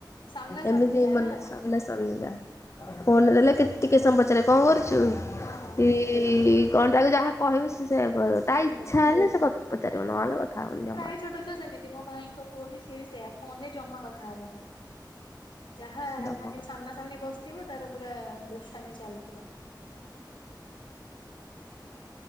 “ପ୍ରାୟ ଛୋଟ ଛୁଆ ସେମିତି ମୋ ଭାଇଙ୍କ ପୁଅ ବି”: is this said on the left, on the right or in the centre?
Left